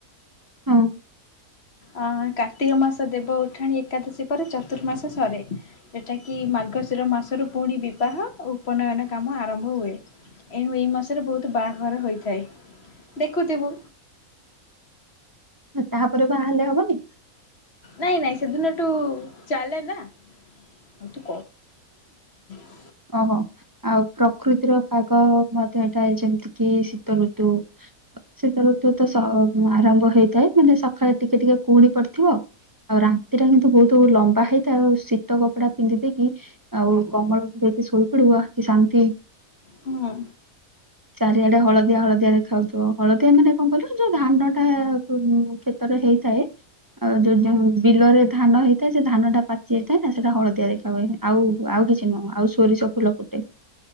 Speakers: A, on the right; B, on the left.
A: ହଁ।
B: ଅ କାର୍ତ୍ତିକ ମାସ ଦେବ ଉଠାଣି ଏକାଦଶୀ ପରେ ଚତୁର୍ମାସ ସରେ। ଏଟାକିି ମାର୍ଗଶିର ମାସରୁ ପୁଣି ବିବାହ ଓ ଉପନୟନ କାମ ଆରମ୍ଭ ହୁଏ। ଏଣୁ ଏଇ ମାସରେ ବହୁତ ବାହାଘର ହୋଇଥାଏ ଦେଖୁଥିବୁ।
A: ତାପରେ ବାହା ହେଲେ ହବନି।
B: ନାଇଁ ନାଇଁ ସେଦିନଠୁ ଚାଲେ ନା। ଆଉ ତୁ <unintelligible>
A: ଓହୋ। ଆଉ ପ୍ରକୃତିର ପାଗ ମଧ୍ୟ ଏଟାଏ ଯେମିତି କିି ଶୀତ ଋତୁ। ସୀତ ଋତୁ ତ ସ ଆରମ୍ଭ ହେଇଥାଏ ମାନେ ସକାଳେ ଟିକେ ଟିକେ କୁହୁଡି ପଡିଥିବ। ଆଉ ରାତି ଟା କିନ୍ତୁ ବହୁତୁ ଲମ୍ବା ହେଇଥାଉ ଆଉ ଶୀତ କପଡା ପିନ୍ଧି ଦେଇକି ଆଉ କମଳ ଘୋଡେଇକି ଶୋଇପଡିବ କି ଶାନ୍ତି।
B: ହୁଁ।
A: ଚାରିଆଡେ ହଳଦିଆ ହଳଦିଆ ଦେଖାଯଉଥିବ ହଳଦିଆ ମାନେ କଣ କହିଲ ଯୋଉ ଧାନଟା କୁ ଖେ ତରେ ହେଇଥାଏ ଆଉ ଯୋଉ ଯୋଉ ବିଲରେ ଧାନ ହେଇ ତ ସେ ଧାନ ଟା ପାଚି ଯାଇଥାଏ ନା ସେଇଟା ହଳଦିଆ ଦେଖା ହୁଏ ଆଉ ଆଉ କିଛି ନୁହଁ ଆଉ ସୋରିଷ ଫୁଲ ଫୁଟେ।